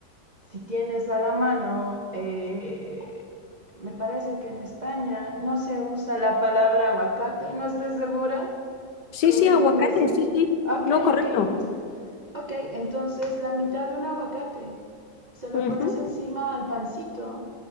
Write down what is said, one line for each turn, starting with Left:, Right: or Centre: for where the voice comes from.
Right: si tienes a la mano, eh, me parece que en España no se usa la palabra aguacate, no estoy segura.
Left: Sí,
Right: Corrígeme
Left: sí, aguacate,
Right: si... Ok,
Left: sí, sí. No, correcto.
Right: ok, ent ok, entonces la mitad de un aguacate. Se lo
Left: Ujú,
Right: pones encima al pancito,